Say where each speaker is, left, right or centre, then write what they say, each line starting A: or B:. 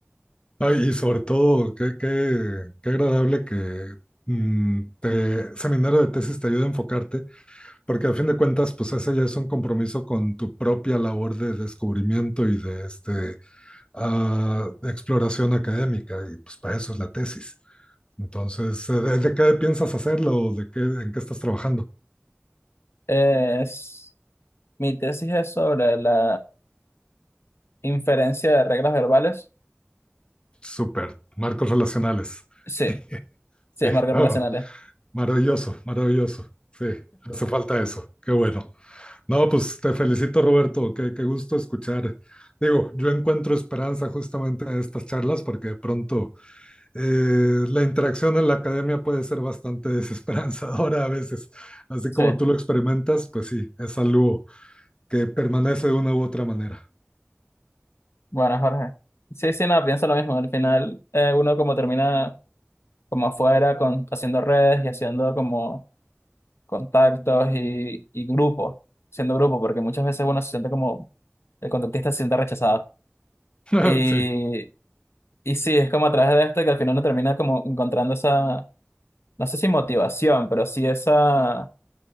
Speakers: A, on the left; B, on the left.
A: Ay, y sobre todo, qué, qué, qué agradable que mm, te, seminario de tesis te ayude a enfocarte, porque a fin de cuentas, pues ese ya es un compromiso con tu propia labor de descubrimiento y de, este, ah, de exploración académica, y pues para eso es la tesis. Entonces, eh, ¿de, de qué piensas hacerlo? ¿De qué, en qué estás trabajando?
B: Es, mi tesis es sobre la inferencia de reglas verbales.
A: Súper, marcos relacionales.
B: Sí,
A: <laughs>
B: sí,
A: Sí,
B: es marcas
A: oh,
B: relacionales.
A: maravilloso, maravilloso. Sí, hace falta eso. Qué bueno. No, pues te felicito, Roberto. Qué, qué gusto escuchar. Digo, yo encuentro esperanza justamente en estas charlas porque de pronto eh, la interacción en la academia puede ser bastante desesperanzadora a veces. Así
B: Sí,
A: como tú lo experimentas, pues sí, es algo que permanece de una u otra manera.
B: bueno, Jorge. Sí, sí, no, pienso lo mismo. Al final, eh, uno como termina como afuera, con, haciendo redes y haciendo como contactos y, y grupos, siendo grupo, porque muchas veces uno se siente como, el contactista se siente rechazado.
A: <laughs>
B: Y,
A: Sí.
B: y sí, es como a través de esto que al final uno termina como encontrando esa, no sé si motivación, pero sí esa,